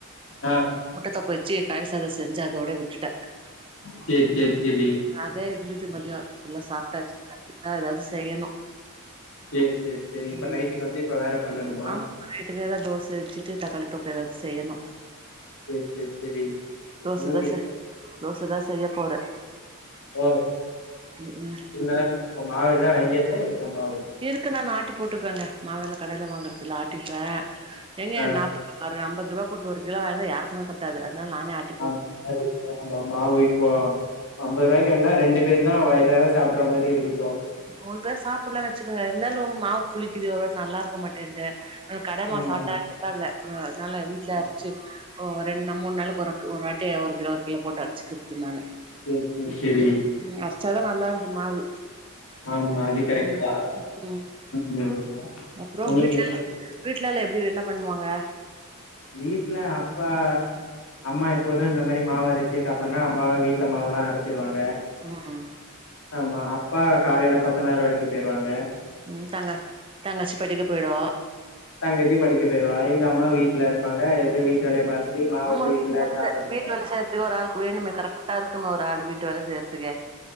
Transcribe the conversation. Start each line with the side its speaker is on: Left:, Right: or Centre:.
Left: ஆ
Right: முட்டத்தொக்கு வெச்சு கய சாதொ செஞ்சு அதோட விட்டுட்டே
Left: சேர் சேர் செரி
Right: அதே இருந்துது மதியொ ஃபுல்லா சாப்ட்டாச்சு க்குதா ஏதாவது செய்யணு
Left: செரி செரி செரி இப்ப
Right: ம்
Left: நைட்டுக்கு வந்து இப்ப வேற பண்ணணுமா
Right: ஆமா நைட்டுக்கு ஏதா தோச வெச்சுட்டு தக்காளி தொக்கு ஏதாவது செய்யணு
Left: சேரி சேரி சேரி
Right: தோச
Left: உங்களுக்கு
Right: தோச
Left: எத்தன
Right: தோசதா செய்ய போறே
Left: ஓ
Right: ம் ம்
Left: இனிமேதா அப்ப மாவெல்லா வாங்கியாச்சா இருக்கா மாவு
Right: இருக்கு நா நா ஆட்டி போட்டுப்பேங்க மாவெல்லா கடலையில வாங்கறதில்ல ஆட்டிப்பே எங்க
Left: ஆ
Right: நாப்ப ஒரு அம்பது ரூபா குடுத்து ஒரு கிலோ வாங்குனா யாருக்குமே சத்தாது அதுனால நானே ஆட்
Left: ஆமா அதுக்கு ஆமா மாவு இப்போ அம்பது ரூபாய்க்கு வாங்குனா ரெண்டு பேர் தா வயிறார சாப்டுற மாரி இருக்கு இப்போ
Right: மூணு பேர் சாப்பிட்லான் வச்சிக்கங்க இருந்தாலு மாவு புளிக்குது ஒருவாட்டி நல்லா இருக்க மாட்டேன்து நா கடமா
Left: ம்
Right: சாப்ட்டா
Left: ஆமா
Right: செட்டாகல ம் அதனால வீட்ல
Left: ஆமா
Right: அரச்சு ஒ ரெண் நா மூணு நாளுக்கு ஒரு ஒரு வாட்டி ஒரு கிலோ ஒரு கிலோ போட்டு அரச்சுக்குறது நானு
Left: சேரி சேரி சேரி
Right: ம் அரச்சா தா நல்லா ஆகுது மாவு
Left: ஆமா அது கரெக்ட்
Right: ம்
Left: தா
Right: ம்
Left: ம்
Right: அப்புறோ
Left: உங்களுக்கு
Right: வீட்டுல
Left: எத்தன பிள்ள
Right: வீட்டுலலா எப்டி என்ன பண்ணுவாங்க
Left: வீட்ல அப்பா அம்மா எப்போது இந்த மாரி மாவு அரச்சி சாப்பிட்னா அம்மா வீட்ல மாவுல்லா அரச்சிருவாங்க
Right: ம்
Left: ஆமா அப்பா காலைல கொத்தனார் வேலைக்கு பேருவாங்க
Right: ம் தங்க தங்கச்சி படிக்க போய்டு
Left: தங்கச்சி படிக்க பேடுவா எங்க அம்மா வீட்ல இருப்பாங்க எ வீட்டு வேலய பாத் து மாவேது
Right: ஆமா வீட்டு
Left: இல்ல
Right: வேல
Left: சாப்பாடுக்கு
Right: செ வீட்டு
Left: தா
Right: வேல
Left: அது
Right: செய்யறதுக்கு ஒரு ஆளுக்கு வேணுமே கரெக்டா இருக்குமே ஒரு ஆளு வீட்டு வேல செய்யர்த்துக்கு